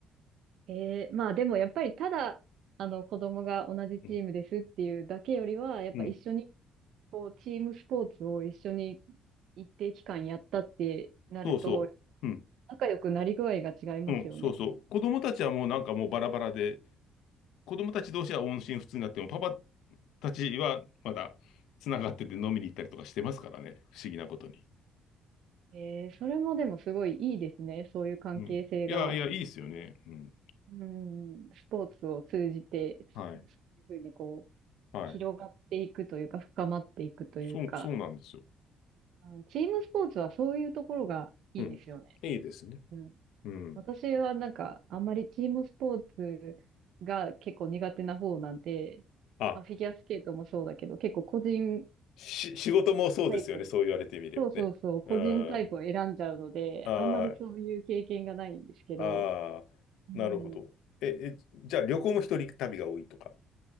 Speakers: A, on the right; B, on the left.
A: へえ、まあでもやっぱりただ、あの子供が同じチームですっていうだけよりは、
B: うん。
A: やっぱ一緒に
B: うん。
A: こうチームスポーツを一緒に一定期間やったってなると、
B: そうそう。うん。
A: 仲良くなり具合が違いますよね。
B: うん、そうそう。子供たちはもうなんかもうバラバラで、子供たち同士は音信不通になっても、パパ、たちはまだつながってて飲みに行ったりとかしてますからね。不思議なことに。
A: えー、それもでもすごいいいですね。そういう関係性が。
B: うん。いやいやいいっすよね。うん。
A: うん、スポーツを通じて、そそういうふうにこう、
B: はいはい。
A: 広がっていくというか、深まっていくというか、
B: そうそうなんですよ。
A: あのチームスポーツはそういうところがいいですよね。
B: うん。いいですね。
A: うん。
B: うん。
A: 私はなんか、あんまりチームスポーツが結構苦手な方なんで、
B: あ、
A: まあ、フィギュアスケートもそうだけど、結構個人
B: し仕事もそうですよね。
A: タイプ、
B: そう言われてみればね。
A: そうそうそう、個人タイプを選んじゃうので、
B: うん。あ
A: あんまりそういう経験がないんですけど、
B: あああ。
A: うん
B: なるほど。ええじゃあ旅行も一人旅が多いとか。